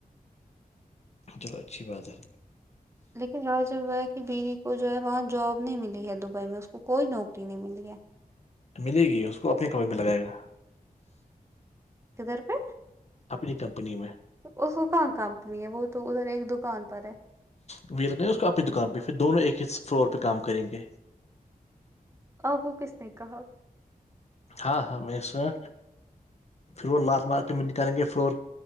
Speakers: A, on the left; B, on the right.
A: چلو اچھی بات ہے
B: لیکن راں جب وہ ہے کہ بیوی کو جو ہے وہاں جاب نہیں ملی ہے دبئی میں اس کو کوئی نوکری نہیں ملی ہے
A: ملے گی اس کو اپنی کمے پہ لگائے گا
B: کدھر پہ
A: اپنی کمپنی میں
B: وہ سکان کمپنی ہے وہ تو ادھر ایک دکان پر ہے
A: وہی لگیں اس کو اپنی دکان پہ پھر دونوں ایک ہی فلور پہ کام کریں گے
B: آ وہ کس نے کہا
A: ہاں ہاں میں سنا پھر وہ لاال مار کے میں نکالیں گے فلور